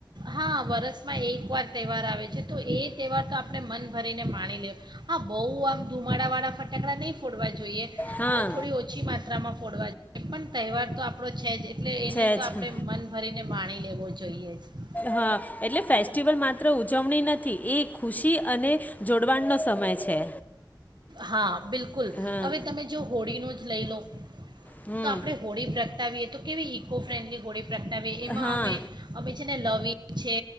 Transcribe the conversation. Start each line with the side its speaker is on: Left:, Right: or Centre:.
Right: હા વરસમાં એકવાર તહેવાર આવે છે તો એ તહેવાર તો આપણે મન ભરીને માણી લ હા બહુ આમ ધુમાડા વાળા ફટાકડા નહીં ફોડવાય જોઈએ
Left: હા
Right: થોડી ઓછી માત્રામાં ફોડવા એ પણ તહેવાર તો આપણો છે જ એટલે એને
Left: છે
Right: તો
Left: છે
Right: આપડે મન ને માણી લેવો જોઈએ જ
Left: હા એટલે ફેસ્ટિવલ માત્ર ઉજવણી નથી એ ખુશી અને જોડવાણનો સમય છે
Right: હા બિલકુલ
Left: હા
Right: હવે તમે જો હોળીનો જ લઈ લો
Left: હમ
Right: તો આપણે હોળી પ્રગટાવીએ તો કેવી ઇકો ફ્રેન્ડલી પ્રગટાવી એમાં
Left: હા
Right: અમે અમે છે ને લવીગ છે